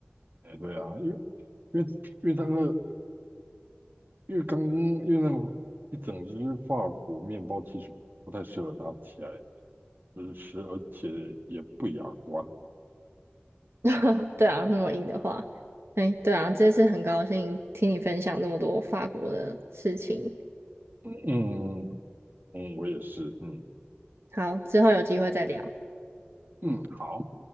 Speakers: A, on the right; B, on the right.
A: 哎，对啊，因为因为因为那个因为刚因为那个一整只法国面包其实不太适合拿起来就是吃，而且也不雅观。
B: <laughs> 对啊，那么硬的话，哎，对啊，这次很高兴听你分享那么多法国的事情。
A: 嗯嗯嗯，我也是，嗯
B: 好，之后有机会再聊。
A: 嗯，好。